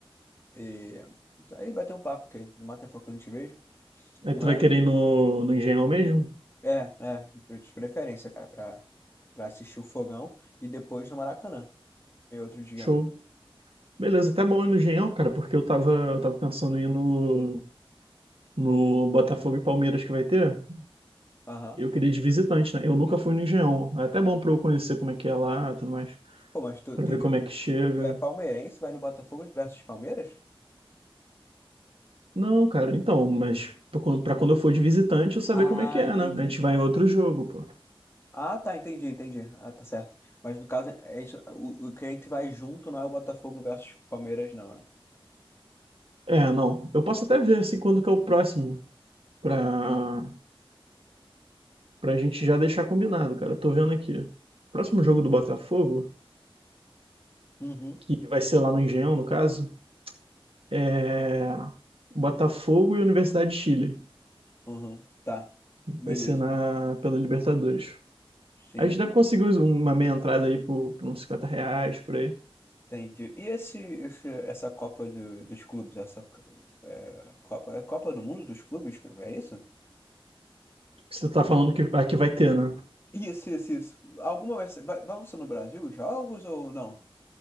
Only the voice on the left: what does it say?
e aí bater um papo, porque não mata tempo que eu não te vejo.
Mas
é, é, de preferência, cara, pra, pra assistir o fogão e depois no Maracanã. E outro dia,
né?
Aham.
Pô, mas tu,
tu,
de-
tu é palmeirense, vai no Botafogo versus Palmeiras?
Ah,
entendi.
Ah, tá, entendi, entendi. Ah, tá certo. Mas no caso, é é isso, o, o que a gente vai junto não é o Botafogo versus Palmeiras, não, né?
Uhum.
Uhum. Tá.
Beleza.
Sim,
sim.
Entendi. E esse, esse, essa Copa do- dos Clubes, essa é, Copa, é Copa do Mundo dos Clubes, é isso?
Isso, isso, isso. Alguma vai ser, vai, vão ser no Brasil os jogos ou não?